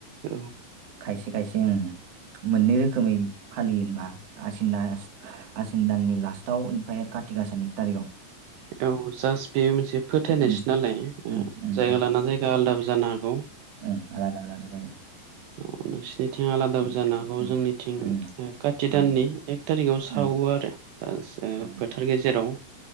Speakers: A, on the right; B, on the right.
A: औ
B: खायसे खायसे ओम मोननै रोखोमै फालियो होनबा आसिना आ आसिन दाननि लास्टाव ओनफ्राय आरो खाथि गासानि एक थारिगाव
A: बेथ' औ जास्ट बेयो मोनसे फोथायनायसो
B: उम
A: नालाय ओ
B: उम उम
A: जायगा लाना जायगा आलादाबो जानो हागौ।
B: ओ आलादा आलादा जायो।
A: ओम नोंसिनिथिं आलादाबो
B: उम
A: जानो हागौ
B: उम
A: जोंनि मिथिं ओ खाति
B: उम
A: दाननि एक थारिखाव सावो
B: उम
A: आरो। ओ <unintelligible>
B: उम
A: फोथार गेजेराव